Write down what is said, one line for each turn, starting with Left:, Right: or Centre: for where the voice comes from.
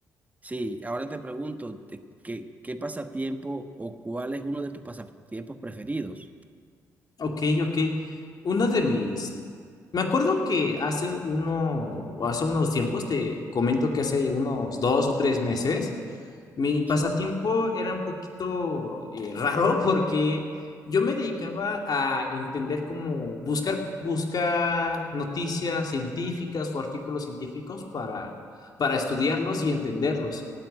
Right: sí, ahora te pregunto, te- ¿qué, qué pasatiempo o cuál es uno de tus pasatiempos preferidos?
Left: ok, ok. Uno de mis Me acuerdo que hace uno, hace unos tiempos, te comento que hace unos dos o tres meses, mi pasatiempo
Right: Sí.
Left: era un poquito eh, raro porque yo me dedicaba a entender cómo buscar, buscar noticias científicas o artículos científicos para, para estudiarlos y entenderlos.